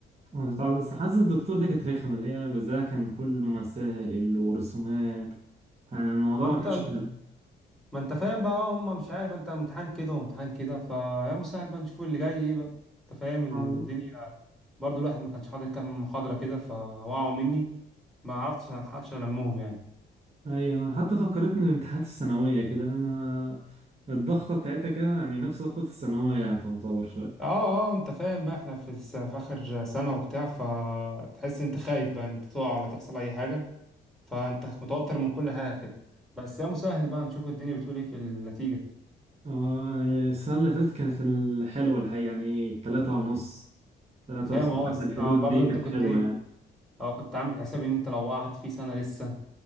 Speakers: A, on the right; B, in the centre.
A: آه، طبعا بس حاسس الدكتور دي كانت رخمة اللي هي جزءها كان كله مسائل ورسومات يعني الموضوع
B: وانت
A: ما كانش حلو
B: ما انت فاهم بقى اه هم مش عارف انت امتحان كده وامتحان كده فيا مسهل بقى نشوف اللي جاي ايه بقى انت فاهم الدنيا
A: الله
B: برضو الواحد ما كانش حاضر كام محاضره كده فوقعوا مني ما عرفتش الحقش المهم يعني
A: أيوة أنا حتى فكرتني بامتحانات الثانوية كده لأن أنا الضغطة بتاعتها كده يعني نفس ضغطة الثانوية تعتبر شوية
B: اه اه انت فاهم بقى احنا في الس- في اخر سنة وبتاع فتحس انت خايف بقى ان انت تقع ولا تحصل اي حاجة فانت متوتر من كل حاجة كده بس يا مسهل بقى نشوف الدنيا بتقول ايه في النتيجة
A: اه يعني السنة اللي فاتت كانت الحلوة الحقيقة يعني تلاتة ونص تلاتة
B: أنت فاهم
A: وستة
B: اه بس-
A: في الحدود
B: اه برضو
A: دي
B: انت
A: كانت
B: كنت
A: حلوة
B: ايه
A: يعني
B: اه كنت عامل حساب ان انت لو وقعت في سنة لسه